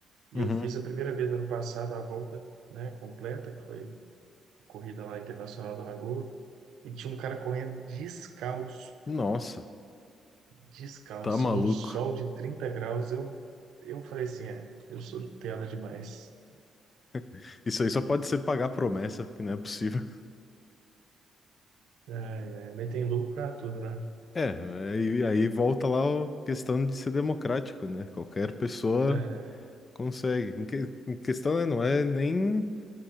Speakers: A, on the right (about 80°); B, on the left (about 35°).
A: E
B: Uhum.
A: eu fiz a primeira vez ano passado a volta, né, completa, que foi a corrida lá internacional da Lagoa. E tinha um cara correndo descalço,
B: Nossa,
A: descalço,
B: tá maluco.
A: num sol de 30 graus. Eu, eu falei assim, é, eu sou Nutella demais.
B: <laughs> Isso aí só pode ser pagar promessa, porque não é possível. <laughs>
A: É, é, mas tem louco pra tudo, né?
B: É, aí, aí volta lá a questão de ser democrático, né? Qualquer pessoa
A: É,
B: Consegue. Em que- em questão, né, não é nem.